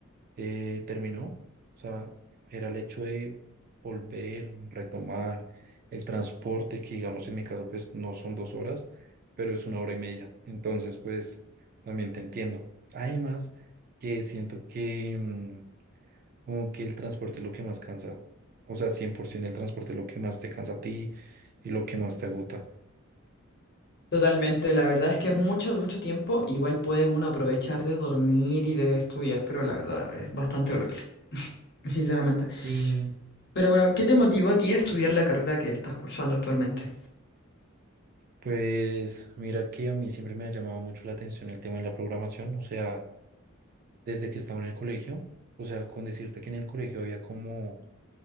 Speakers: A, on the right; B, on the left.
A: eh, terminó. O sea, era el hecho de volver, retomar el transporte, que digamos en mi caso, pues no son dos horas, pero es una hora y media. Entonces, pues también te entiendo. Además, que siento que mm, como que el transporte es lo que más cansa. O sea, 100% el transporte es lo que más te cansa a ti y lo que más te agota.
B: Totalmente, la verdad es que es mucho, mucho tiempo. Igual puede uno aprovechar de dormir y de estudiar, pero la verdad es bastante horrible, sinceramente.
A: Sí,
B: Pero bueno, ¿qué te motivó a ti a estudiar la carrera que estás cursando actualmente?
A: Pues mira que a mí siempre me ha llamado mucho la atención el tema de la programación, o sea, desde que estaba en el colegio, o sea, con decirte que en el colegio había como,